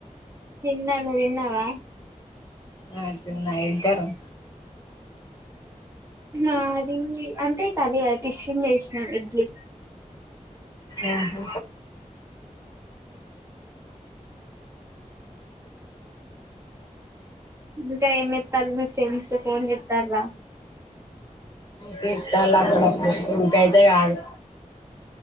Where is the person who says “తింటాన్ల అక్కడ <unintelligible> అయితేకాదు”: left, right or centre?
Left